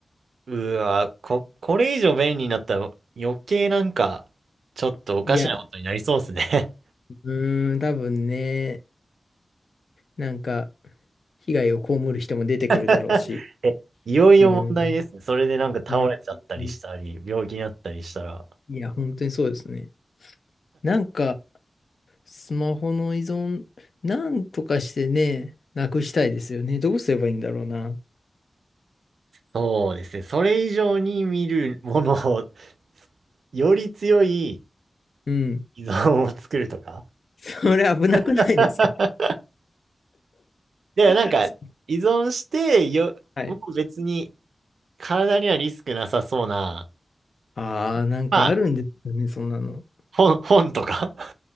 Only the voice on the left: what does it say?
いや、うーん、多分ね、なんか、被害を被る人も出てくるだろうし、
うーん、
うん、うん
いや、本当にそうですね。なんか、スマホの依存、なんとかしてね、なくしたいですよね。どうすればいいんだろうな。
うん、
<laughs> それ危なくないですか
<laughs>
はい
ああ、なんかあるんですよね、
そんなの。